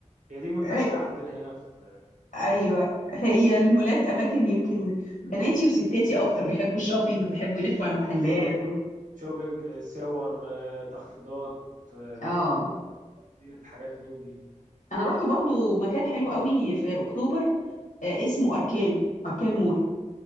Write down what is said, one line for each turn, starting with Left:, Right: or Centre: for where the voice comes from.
Right: هي دي منتشره
Left: إيه،
Right: عندنا هنا في في القاهره
Left: ايوه هي المولات اماكن يمكن بناتي وستاتي اكتر بيحبوا الشوبينج ويحبوا يلفوا على المحلات
Right: بالظبط
Left: و...
Right: شوبينج آه، ساور آه، تخفيضات آه،
Left: اه
Right: ديت حاجات من دي
Left: انا رحت برضو مكان حلو قوي في اكتوبر آه، اسمه اركان اركان مول